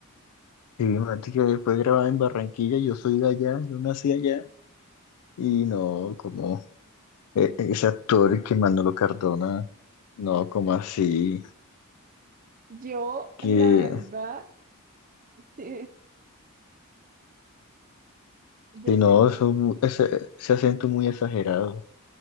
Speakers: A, on the left; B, on the right.
A: Sí, imagínate que fue grabada en Barranquilla, yo soy de allá, yo nací allá y no, como eh, ese actor que Manolo Cardona, no, como así,
B: Yo,
A: que
B: la verdad, sí, yo
A: si
B: sentí,
A: no, eso ese, ese acento muy exagerado.